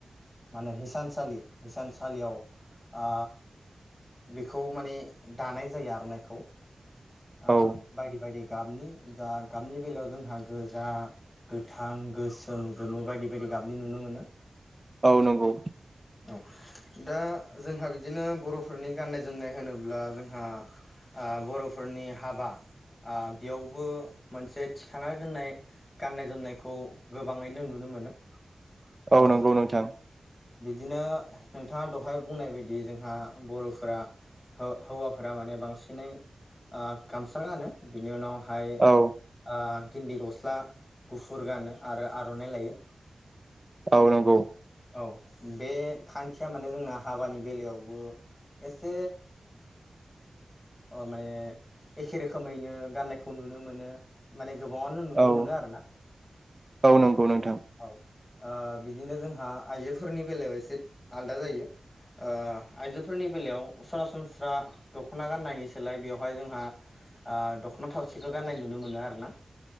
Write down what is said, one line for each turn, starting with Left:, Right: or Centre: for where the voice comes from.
Left: मा होनो हिसानसालि हिसानसालियाव ओ बे खौ माने दानाय जायो आर'नाइखौ। ओ
Right: औ
Left: बायदि बायदि गाबनि जा गाबनि बेलायाव जोंहा गोजा गोथां गोसोम गोमो बायदि। बेदि गाबनि नुनो मोनो।
Right: औ नंगौ
Left: औ दा जोंहा बिदिनो बर'फोरनि गाननाय जोमनाय होनोब्ला जोंहा बर'। फोरनि हाबा बेयावबो मोनसे थिखा दोननाय गाननाय जोमनायखौ गोबाङैनो नुनो मोनो। ओ
Right: औ नंगौ नोंथां।
Left: बिदिनो नोंथाङा दहाय बुंनाय बायदि जोंहा बर'फोरा हौवाफोरा माने बांसिनै ओ गामसा गानो बिनि उनाव। ओमफ्राय ओ
Right: औ
Left: गिन्दि गस्ला गुफुर गानो आरो आर'नाइ लायो।
Right: ओ नंगौ।
Left: औ बे खान्थिया माने जोंना हाबानि बेलायावबो एसे ओ माने एखे रोखोमैनो गाननायखौ नुनो मोनो माने। गोबाङानो नुनो
Right: औ
Left: मोनो आरो ना
Right: औ नंगौ नोंथां
Left: औ। ओ बिदिनो जोंहा आइजोफोरनि बेलायाव एसे आलदा जायो ओ आइजोफोरनि बेलायाव सरासनस्रा दखना गाननायनि सोलाय बेवहाय जोंहा ओ दखना थावसिखौ गाननाय नुनो मोनो आरोना।